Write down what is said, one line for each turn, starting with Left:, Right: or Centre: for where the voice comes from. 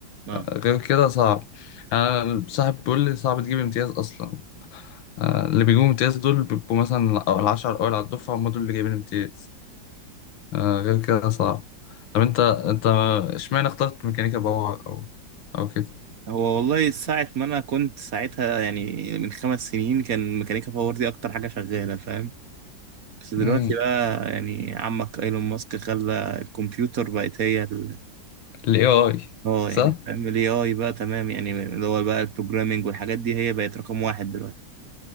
Right: اه
Left: غير كده صعب يعني أنا صاحب بيقول لي صعب تجيب امتياز أصلا آه، اللي بيجيبوا امتياز دول بيبقوا مثلا أو العشرة الأوائل على الدفعة هم دول اللي جايبين امتياز آه، غير كده صعب طب أنت أنت إشمعنى اخترت ميكانيكا باور أو أو كده؟
Right: هو والله ساعة ما أنا كنت ساعتها يعني من خمس سنين كان ميكانيكا باور دي أكتر حاجة شغالة فاهم بس دلوقتي
Left: امم
Right: بقى يعني عمك ايلون ماسك خلى الكمبيوتر بقت هي ال-
Left: ال AI
Right: اه
Left: صح؟
Right: يعني فاهم الاي اي بقى تمام يعني اللي هو بقى البروجرامينج والحاجات دي هي بقت رقم واحد دلوقتي